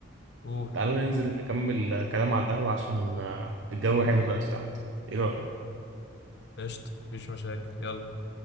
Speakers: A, on the left; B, on the right.
A: قول
B: تعالى ننزل نكمل كلام على القهوة عشان آه، الجو حلو دلوقتي تحت ايه رأيك
A: قشطه مفيش مشاكل يلا